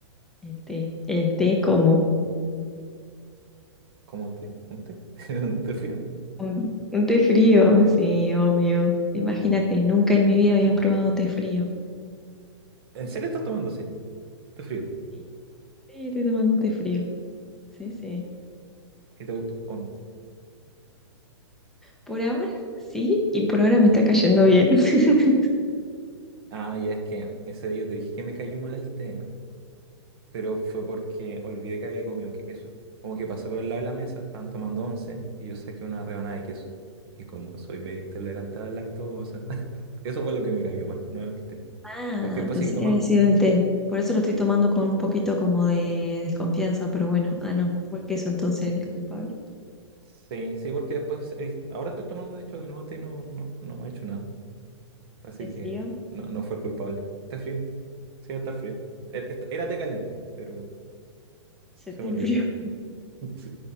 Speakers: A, in the centre; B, on the right (about 55°).
A: el té. El té como
B: ¿Cómo té? ¿Un té? <laughs> ¿Un té frío?
A: un, un té frío, sí, obvio. Imagínate, nunca en mi vida había probado té frío.
B: ¿En serio estás tomando así? ¿Té frío?
A: Sí, sí, estoy tomando un té frío. Sí, sí.
B: ¿Y te gustó o no?
A: Por ahora sí, y por ahora me está cayendo bien. <laughs>
B: Ah, ya es que ese día yo te dije que me cayó mal el té, pero fue porque olvidé que había comido queso. Como que pasé por el lado de la mesa, estaban tomando once y yo saqué una rebanada de queso. Y como soy medio intolerante a la lactosa, <laughs> eso fue lo que me cayó mal, no el té.
A: Ah,
B: Porque después
A: pensé
B: seguí tomando.
A: que había sido el té. Por eso lo estoy tomando con
B: Yo-
A: un poquito como de desconfianza, pero bueno, ah, no, fue el queso entonces el culpable.
B: Sí, sí, porque después, eh, ahora estoy tomando de hecho de nuevo té y no, no, no me ha hecho nada. Así
A: ¿Te frío?
B: que no, no fue el culpable. Está frío, sí, está frío. Er- est- Era té caliente, pero se
A: Se te
B: me
A: enfrió.
B: olvidó. <laughs> Sí.